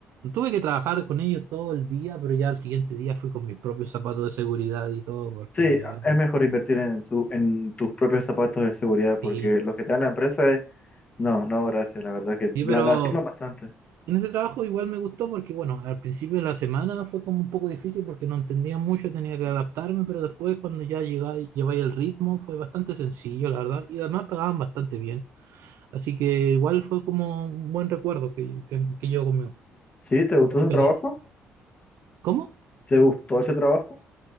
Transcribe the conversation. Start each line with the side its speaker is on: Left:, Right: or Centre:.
Right: Tuve que trabajar con ellos todo el día, pero ya al siguiente día fui con mis propios zapatos de seguridad y todo, porque
Left: Sí, es mejor invertir en su, en tus propios zapatos de seguridad, porque
Right: Sí,
Left: los que te dan la empresa es, no, no, gracias, la verdad que
Right: sí,
Left: la
Right: pero
Left: lastiman bastante.
Right: en ese trabajo igual me gustó porque, bueno, al principio de la semana fue como un poco difícil porque no entendía mucho, tenía que adaptarme, pero después cuando ya llegáis, lleváis el ritmo fue bastante sencillo, la verdad, y además pagaban bastante bien. Así que igual fue como un buen recuerdo que, que, que llevo conmigo,
Left: ¿Sí? ¿Te gustó
Right: como
Left: ese
Right: experiencia.
Left: trabajo?
Right: ¿Cómo?
Left: ¿Te gustó ese trabajo?